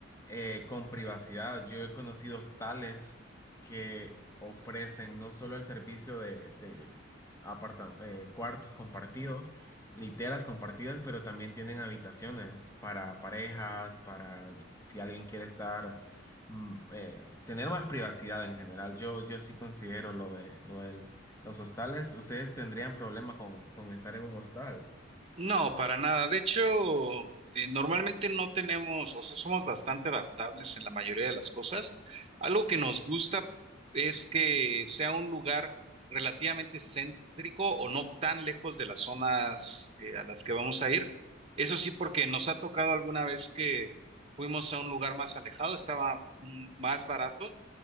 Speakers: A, on the left; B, on the right.
A: eh, con privacidad. Yo he conocido hostales que ofrecen no solo el servicio de, de aparta- eh, cuartos compartidos, literas compartidas, pero también tienen habitaciones para parejas, para si alguien quiere estar, mm, eh, tener más privacidad en general. Yo, yo sí considero lo de lo del, los hostales. ¿Ustedes tendrían problema con, con estar en un hostal?
B: No, para nada. De hecho, eh, normalmente no tenemos, o sea, somos bastante adaptables en la mayoría de las cosas. Algo que nos gusta es que sea un lugar relativamente céntrico o no tan lejos de las zonas eh, a las que vamos a ir. Eso sí, porque nos ha tocado alguna vez que fuimos a un lugar más alejado, estaba mm, más barato,